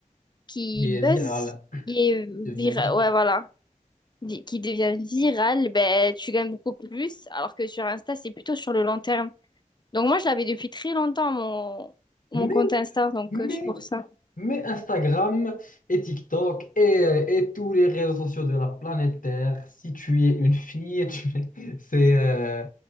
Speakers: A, on the left; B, on the left.
A: Qui
B: Il
A: buzz,
B: est viral,
A: qui est
B: il devient
A: virale.
B: viral.
A: Ouais, voilà. Vi- Qui devient virale, ben, tu gagnes beaucoup plus. Alors que sur Insta, c'est plutôt sur le long terme. Donc moi, je l'avais depuis très longtemps, mon, mon
B: Mais
A: compte Insta, donc
B: Mais,
A: euh, c'est pour ça.
B: mais Instagram et TikTok et, euh, et tous les réseaux sociaux de la planète Terre, si tu es une fille, <laughs> tu es- c'est euh,